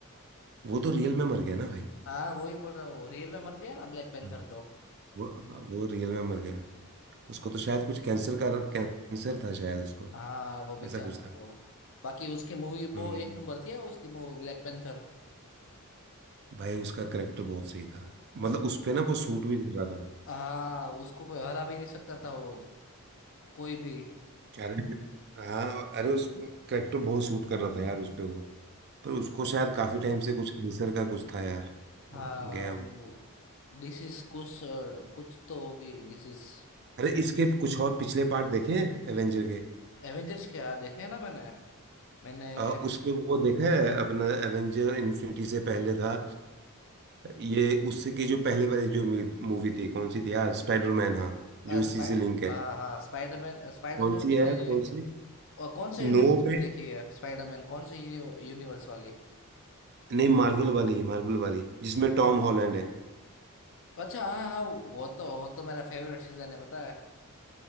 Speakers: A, on the right (about 50°); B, on the left (about 60°).
A: वो तो रियल में मर गया ना भाई
B: हाँ वही बोल रहा हूँ रियल में मर गया ना ब्लैक
A: हम्म।
B: पैंथर तो
A: वो वो रियल में मर गया उसको तो शायद कुछ कैंसर का कैंसर था शायद उसको
B: हाँ वो बेचारा
A: ऐसा कुछ था
B: वो बाकी उसकी मूवी वो
A: हम्म
B: एक नंबर थी उसकी मूवी ब्लैक पैंथर
A: भाई उसका करेक्टर बहुत सही था मतलब
B: मतलब
A: उस पे ना वो सूट भी कर रहा था
B: हाँ उसको कोई हरा भी नहीं सकता था वो कोई भी
A: अरे हाँ अरे उस करेक्टर बहुत सूट कर रहा था यार उस पे वो पर उसको शायद काफी टाइम से कुछ कैंसर का कुछ था यार
B: हाँ
A: वो गया
B: वो
A: वो
B: डिसीज कुछ अ, कुछ तो होगी डिसीज
A: अरे इसके कुछ और पिछले पार्ट देखे हैं एवेंजर के
B: एवेंजर्स क्या देखे हैं ना मैंने मैंने
A: अ, उसके वो देखा है अपना एवेंजर इन्फिनिटी से पहले था ये उससे की जो पहले वाली जो मूवी थी कौन सी थी यार स्पाइडरमैन हाँ
B: अ,
A: जो इसी
B: स्पाइ
A: से लिंक है
B: हाँ हाँ स्पाइडरमैन स्पाइडरमैन
A: कौन सी है
B: मैंने
A: कौन सी
B: अ, कौन से यूनिवर्स
A: नो
B: की
A: पे
B: देखी है स्पाइडरमैन कौन से यूनिवर्स वाली
A: नहीं मार्वल वाली मार्वल वाली जिसमें टॉम हॉलैंड है
B: अच्छा हाँ हाँ वो तो वो तो मेरा फेवरेट सीजन है पता है